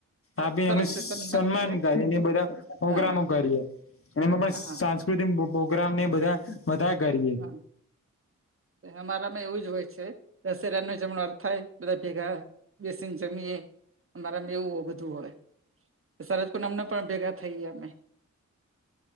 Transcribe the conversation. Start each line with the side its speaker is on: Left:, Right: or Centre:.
Right: સ-
Left: આપી
Right: સરસ
Left: એમનું સન્માન
Right: તે કરે
Left: કરી બધા પ્રોગ્રામો
Right: હા
Left: કરીએ એમાં પણ
Right: હા
Left: સાંસ્કૃતિક પો ્રામ ને બધા બધા કરીએ
Right: હા અમારામાં એવું જ હોય છે દશેરા ન જમ અથ થાય બધા ભેગા બેસીને જમીએ અમારા એવું હો બધું હોય સરદ કુમ પણ ભેગા થઈ અમે